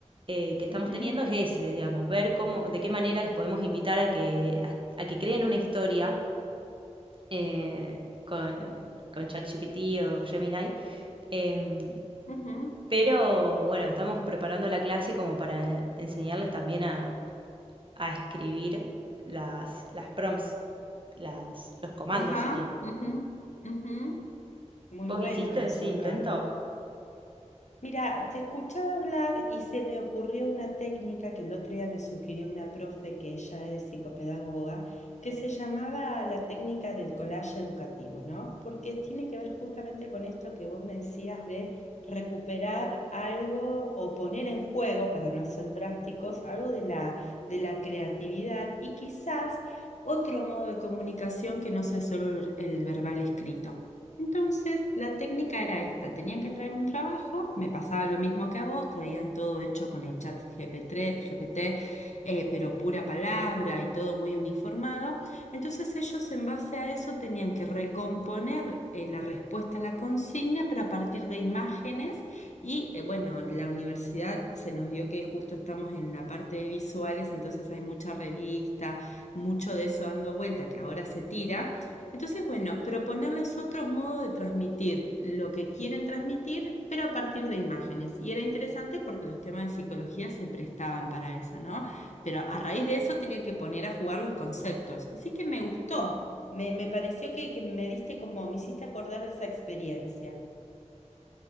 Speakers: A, on the right; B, on the left.
A: eh, que estamos
B: ujú,
A: teniendo es ese, digamos, ver cómo, de qué manera los podemos invitar a que, a, a que creen una historia eh, con, con ChatGPT o Gemini. Em,
B: ujú,
A: pero bueno, estamos preparando la clase como para enseñarles también a, a escribir las, las prompts, las, los comandos
B: Ajá.
A: serían.
B: ujú, ujú. Muy
A: ¿Vos
B: bueno
A: hiciste
B: eso,
A: ese intento?
B: Cami. Mira, te escuchaba hablar y se me ocurrió una técnica que el otro día me sugirió una profe que ella es psicopedagoga, que se llamaba la técnica del collage educativo, ¿no? Porque tiene que ver justamente con esto que vos me decías de recuperar algo o poner en juego, para no ser drásticos, algo de la, de la creatividad y quizás otro modo de comunicación que no sea solo el el verbal escrito. Entonces, la técnica era esta, tenían que traer un trabajo, me pasaba lo mismo que a vos, traían todo hecho con el chat GPT, GPT, eh, pero pura palabra y todo muy uniformado. Entonces ellos en base a eso tenían que recomponer eh, la respuesta a la consigna, pero a partir de imágenes y eh, bueno, la universidad se nos dio que justo estamos en la parte de visuales, entonces hay mucha revista, mucho de eso dando vuelta que ahora se tira. Entonces, bueno, proponerles otros modos de transmitir lo que quieren transmitir, pero a partir de imágenes. Y era interesante porque los temas de psicología se prestaban para eso, ¿no? Pero a raíz de eso tenía que poner a jugar los conceptos. Así que me gustó, me, me pareció que, que me diste como, me hiciste acordar de esa experiencia.